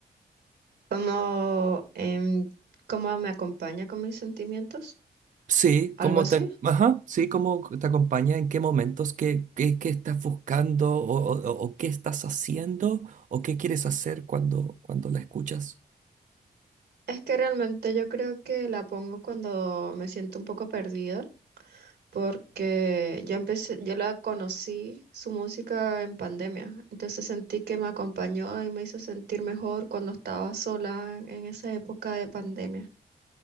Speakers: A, on the right; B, on the right.
A: ¿Cómo, em, cómo me acompaña con mis sentimientos?
B: Sí,
A: ¿Algo
B: cómo
A: así?
B: te, ajá, sí, cómo te acompaña, en qué momentos, qué, qué, qué estás buscando o, o- o qué estás haciendo o qué quieres hacer cuando, cuando la escuchas.
A: Es que realmente yo creo que la pongo cuando me siento un poco perdida porque ya empecé, yo la conocí su música en pandemia, entonces sentí que me acompañó y me hizo sentir mejor cuando estaba sola en esa época de pandemia.